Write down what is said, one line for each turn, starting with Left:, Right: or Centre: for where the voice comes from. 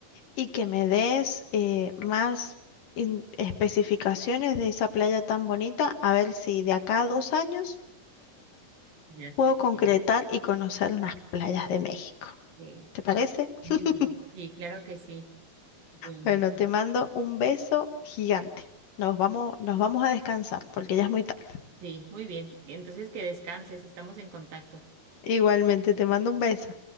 Left: y que me des eh, más in- especificaciones de esa playa tan bonita, a ver si de acá a dos años
Right: Ya sé.
Left: puedo concretar
Right: Sí,
Left: y conocer unas playas de México.
Right: sí,
Left: ¿Te parece? <laughs>
Right: muy bien. Sí, claro que sí. Bueno,
Left: Bueno,
Right: pues.
Left: te mando un beso gigante. Nos vamos, nos vamos a descansar porque ya es muy tarde.
Right: Sí, muy bien. Entonces que descanses, estamos en contacto.
Left: Igualmente, te mando un beso.